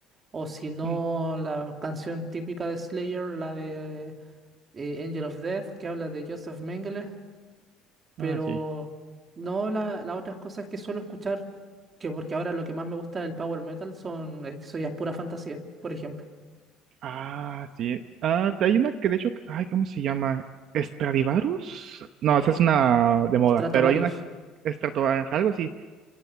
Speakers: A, on the right; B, on the right.
A: o si no,
B: Mm,
A: la canción típica de Slayer, la de eh, Angel of Death, que habla de Joseph Mengele, pero
B: Ah, sí.
A: no la- las otras cosas que suelo escuchar, que porque ahora lo que más me gusta del power metal son, eh, eso ya es pura fantasía, por ejemplo.
B: Ah, sí. Ah, hay una que de hecho, ay, ¿cómo se llama? ¿Stradivarius? No, esa es una de moda,
A: Stratovarius.
B: pero hay una Stratovarius, algo así.